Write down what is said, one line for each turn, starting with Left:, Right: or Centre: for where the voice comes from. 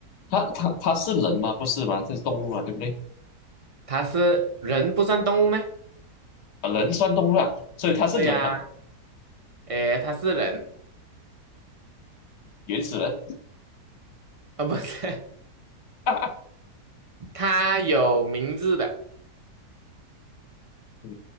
Left: 他他他是人吗？不是吗？这是动物嘛，对不对？
Right: 它是人不算动物咩？
Left: 啊，人算动物啊，所以他是人嘛，
Right: 对呀、诶，它是人，
Left: 原始人
Right: 啊，不是，
Left: 啊。
Right: <laughs> 它有名字的，
Left: 嗯，